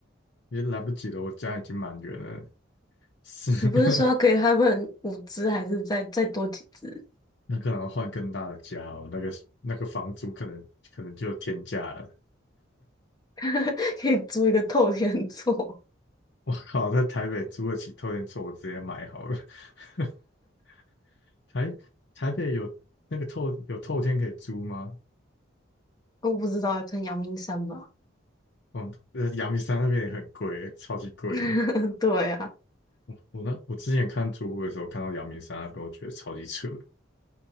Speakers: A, on the left; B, on the left.
A: 也来不及了。我家已经满员了，是
B: <laughs>
A: <laughs>
B: 你不是说要给他们五只，还是再再多几只，
A: 那可能要换更大的家哦。那个那个房租可能可能就有天价了。
B: <laughs> 可以租一个透天厝？
A: <laughs> 我靠，在台北租得起透天厝，我直接买好了。<laughs> 台台北有那个透有透天可以租吗？
B: 我不知道，可能阳明山吧。
A: 嗯，呃，阳明山那边也很贵，超级贵的。
B: <laughs> 对啊，
A: 我我那我之前看租屋的时候，看到阳明山那边，我觉得超级扯，